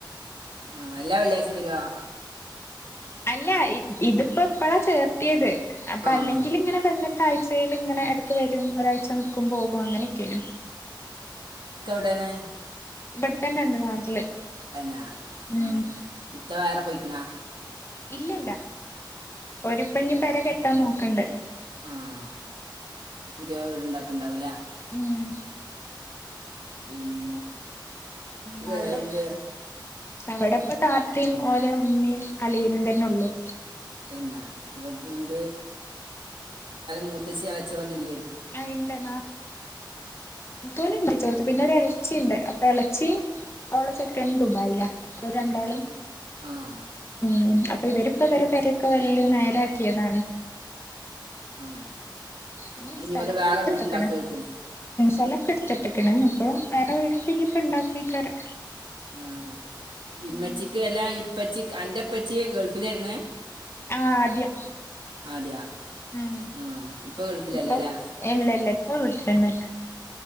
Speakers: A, on the right (about 85°); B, on the left (about 30°).
A: മ്മ് എല്ലാ വെള്ളിയാഴ്ചയും വരുവോ
B: അല്ല ഇത് ഇതിപ്പം ഇപ്പള ചേർത്തിയത് അപ്പൊ
A: ആഹ്
B: അല്ലെങ്കിൽ ഇങ്ങനെ വല്ല താഴ്ചയിൽ ഇങ്ങനെ ഇടയ്ക്ക് വരും ഒരാഴ്ച നിൽക്കും പോകും അങ്ങനെയൊക്കെയാണ്
A: ടെണ്
B: ഇവിടെത്തന്നെ ഇണ്ട് നാട്ടില്
A: തന്നെ
B: ഉം
A: ആഹ് ഇത്ത വേറെ പോയി ക്ക്ണ
B: ഇല്ലല്ല ഓര് ഇപ്പോ ഇനി പെര കെട്ടാൻ നോക്ക്ണ്ട്
A: ആഹ് പുതിയ വീട് ഉണ്ടാക്ക്ണ്ടാവൂല്ലേ
B: മ്മ്
A: പിന്നെ
B: മ്
A: വേറെന്ത്
B: അവടപ് അവടപ്പ താത്തീം ഓലെമ്മിം അളിയനും തന്നെ നൊള്ളു
A: പിന്നെ അതപ്പുണ്ട് മൂത്തച്ചി എളേച്ചി ഓന്നൂല്ലേ
B: ആഹ് ഇണ്ട് ടാ നാത്തൂനുണ്ട് ചെർത് പിന്നെ ഒരു എളച്ചിണ്ട് അപ്പെ ഇളച്ചിം ഓളെ ചെക്കനും ദുബായീലാ ഓൽ രണ്ടാളും
A: ആഹ്
B: മ് അപ്പൊ ഇവരിപ്പൊവരെ
A: അത്
B: പെരെക്കെ
A: ശരി
B: വല്ല്യേ നേരാക്ക്യേതാണ്
A: ആഹ്
B: പിന്നെ
A: അപ്പം
B: സ്ഥലൊക്കെട്ത്ത്ട്ട്ക്ക്ണ്
A: ഇനി ഇവര് വേറെ വീടുണ്ടാക്കുമായിരിക്കും
B: സ്ഥലൊക്കെട്ത്ത്ട്ട്ക്ക്ണ് അപ്പ വേറെ വീടൊക്കെ ഇനിഞ്ഞിപ്പോ ഇണ്ടാക്കെയ്ക്കും
A: ആ ഇമ്മച്ചിക്ക്
B: ഉം
A: എല്ലാം ഇപ്പച്ചി അന്റെ ഇപ്പച്ചി ഗൾഫിലേര്ന്ന്
B: ആഹ് ആദ്യം
A: അതെയാ
B: മ്
A: ആഹ് ഇപ്പൊ ഗൾഫിലല്ലല്ലേ
B: ഇപ്പ ഇല്ല ഇല്ല ഇപ്പ ഇവടത്തന്നെ